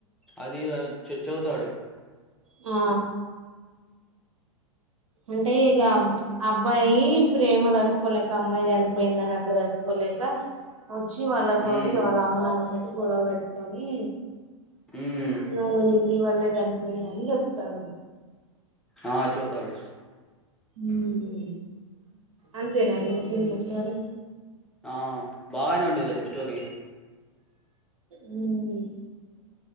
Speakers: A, in the centre; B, on the right.
A: అది అధ్ చవ్ చదువుతాడు
B: ఆ అంటే ఇగ అబ్ అబ్బాయి ప్రేమ తట్టుకోలేక అమ్మాయి చనిపోయిందని అట్లా తట్టుకోలేక వచ్చి వాళ్ళతోటి
A: హ్మ్.
B: వాళ్ళ అమ్మ నాన్న తోటి గొడవ పెట్టుకొని
A: మ్
B: నీ వల్లే నీ వల్లే చనిపోయింద అని చెప్తాడు
A: అ చెబుతాడు
B: మ్ అంతేనా ఇ సినిమల్ స్టోరీ
A: ఆ బాగానే ఉండేదండి స్టోరీ
B: మ్